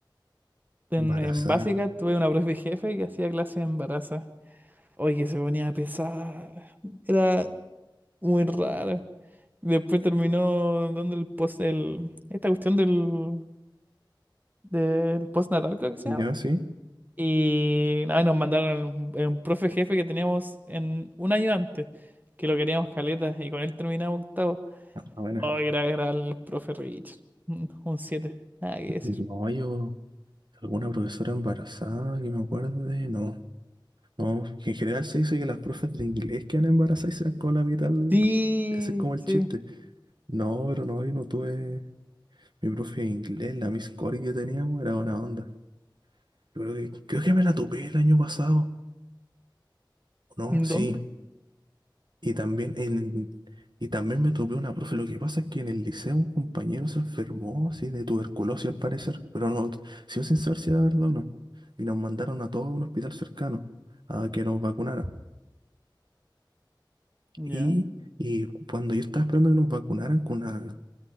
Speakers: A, on the right; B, on the right.
A: En,
B: Embarazada.
A: en básica tuve una profe jefe que hacía clase embarazada Oye, se ponía pesada. Era muy rara. Después terminó dando el post, el, esta cuestión del, del postnatal creo que se
B: Ya,
A: llama.
B: sí.
A: Y nada, nos mandaron a un profe jefe que teníamos en un año antes, que lo queríamos caleta, y con él terminamos octavo.
B: Ah, bueno
A: Oh, era, era el profe Richard. Mm, <laughs> Un siete nada que decir.
B: No, yo... ¿Alguna profesora embarazada que me acuerde? No. No, en general se dice que las profes de inglés quedan embarazadas y se dan con la mitad. al-
A: Sí,
B: Ese es como el
A: sí.
B: chiste. No, pero no, yo no tuve... Mi profe de inglés, la Miss Cory que teníamos, era buena onda. Yo creo que, creo que me la topé el año pasado, ¿o ¿no? Sí.
A: ¿Dónde?
B: Y también, en, y también me topé una profe. Lo que pasa es que en el liceo un compañero se enfermó, sí, de tuberculosis al parecer. Pero no, sigo sin saber si era verdad o no. Y nos mandaron a todos a un hospital cercano a que nos vacunara.
A: Ya.
B: Y, y cuando yo estaba esperando que nos vacunaran con una,